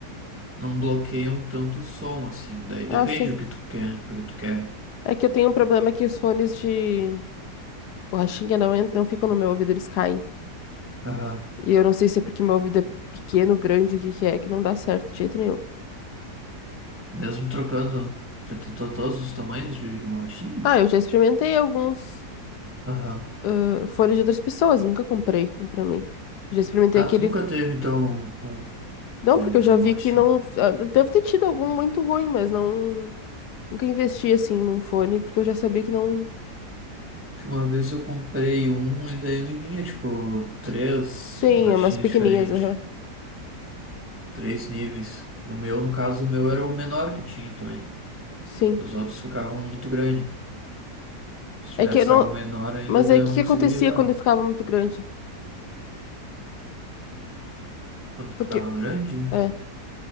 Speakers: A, on the right (about 15°); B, on the left (about 75°).
A: Não bloqueiam tanto o som assim. Daí
B: Ah,
A: depende
B: sim.
A: o que tu quer, porque tu quer.
B: É que eu tenho um problema que os fones de Borrachinha não, en- não ficam no meu ouvido, eles caem.
A: Aham.
B: E eu não sei se é porque meu ouvido é pequeno, grande, o que que é, que não dá certo de jeito nenhum.
A: Mesmo trocando. Já tentou todos os tamanhos de, de borrachinha?
B: Ah, eu já experimentei alguns
A: Aham.
B: ah, fones de outras pessoas, nunca comprei um pra mim. Eu já experimentei
A: Ah,
B: aquele.
A: tu nunca teve, então, um
B: Não,
A: de,
B: porque eu já
A: de borrachinha?
B: vi que não. ah, Deve ter tido algum muito ruim, mas não. Nunca investi assim num fone, porque eu já sabia que não.
A: Porque uma vez eu comprei um e daí me vinha, tipo, três
B: Sim,
A: borrachinhas
B: é umas pequenininhas,
A: diferentes,
B: aham.
A: três níveis. No meu, no caso, o meu era o menor que tinha também.
B: Sim.
A: Os outros ficavam muito grande. Se
B: É
A: tivesse
B: que eu não.
A: algo menor ainda,
B: Mas
A: daí
B: aí
A: eu
B: o que
A: não
B: que
A: conseguiria
B: acontecia
A: usar.
B: quando eu ficava muito grande?
A: Quando
B: Porque.
A: ficava grande,
B: É.